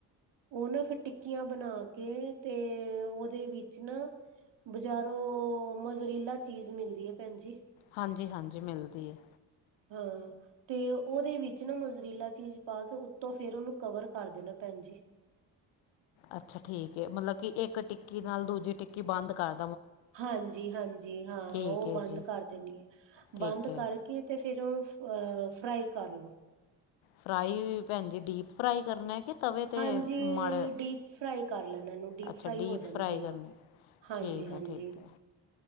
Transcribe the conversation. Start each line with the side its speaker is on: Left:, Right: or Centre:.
Right: ਉਹ ਨਾ ਫਿਰ ਟਿੱਕੀਆਂ ਬਣਾ ਕੇ, ਤੇ ਉਹਦੇ ਵਿੱਚ ਨਾ ਬਜ਼ਾਰੋਂ ਮੋਜਰੀਲਾ ਚੀਜ਼ ਮਿਲਦੀ ਹੈ। ਭੈਣ ਜੀ।
Left: ਹਾਂਜੀ-ਹਾਂਜੀ ਮਿਲਦੀ ਹੈ।
Right: ਹਾਂ, ਤੇ ਉਹਦੇ ਵਿੱਚ ਨਾ ਮੋਜਰੀਲਾ ਚੀਜ਼ ਪਾ ਕੇ ਉੱਤੋ ਫੇਰ ਉਹਨੂੰ ਕਵਰ ਕਰ ਦੇਣਾ ਪ ਹਾਂਜੀ।
Left: ਅੱਛਾ ਠੀਕ ਏ। ਮਤਲਬ ਕਿ ਇੱਕ ਟਿੱਕੀ ਨਾਲ ਦੂਜੀ ਟਿੱਕੀ ਬੰਦ ਕਰ
Right: ਹਾਂਜੀ-ਹਾਂਜੀ। ਹਾਂ,
Left: ਠੀਕ
Right: ਉਹ
Left: ਹੈ
Right: ਬੰਦ
Left: ਜੀ
Right: ਕਰ ਦੇਣੀ ਹੈ।
Left: ਠੀਕ
Right: ਬੰਦ
Left: ਹੈ
Right: ਕਰਕੇ ਤੇ ਫਿਰ ਉਹ ਅ ਫਰਾਈ ਕਰ ਲੋ।
Left: ਫਰਾਈ, ਭੈਣਜੀ ਡੀਪ ਫਰਾਈ ਕਰਨਾ, ਕਿ ਤਵੇ 'ਤੇ
Right: ਹਾਂਜੀ।
Left: ਮਾੜਾ
Right: ਡੀਪ ਫ੍ਰਈ ਕਰ ਲੈਣ, ਇਹਨੂੰ ਡੀਪ
Left: ਅੱਛਾ
Right: ਫ੍ਰਈ ਹੋ ਜਾਂਦੇ
Left: ਫਰਾਈ ਕਰਨੀ
Right: ਆ। ਹਾਂਜੀ
Left: ਠੀਕ
Right: ਹਾਂਜੀ
Left: ਹੈ ਠੀਕ ਹੈ